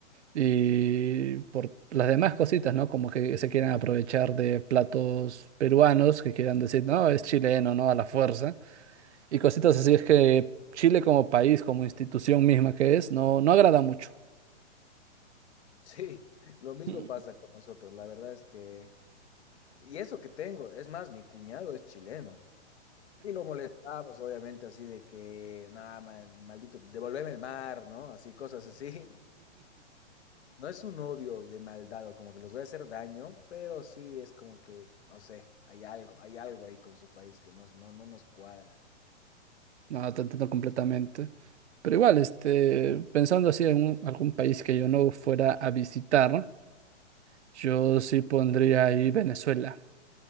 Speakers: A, on the right; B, on the left.
A: y por las demás cositas, ¿no? Como que se quieran aprovechar de platos peruanos, que quieran decir, no, es chileno, ¿no? A la fuerza. Y cositas así es que Chile como país, como institución misma que es, no, no agrada mucho.
B: Sí, <laughs> lo mismo
A: Mm,
B: pasa con nosotros. La verdad es que, y eso que tengo, es más, mi cuñado es chileno. Y lo molestamos, obviamente, así de que, nada, maldito, devolveme el mar, ¿no? Así, cosas así. No es un odio de maldad o como que les voy a hacer daño, pero sí es como que, no sé, hay algo, hay algo ahí con su país que nos- no, no nos cuadra.
A: No, te entiendo completamente. Pero igual, este, pensando así en un- algún país que yo no fuera a visitar, Yo sí pondría ahí Venezuela,